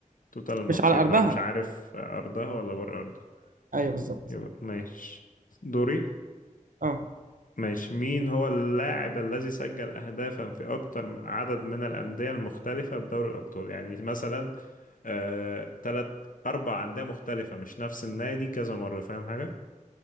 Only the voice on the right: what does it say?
مش على أرضها
ايوه بالظبط
اه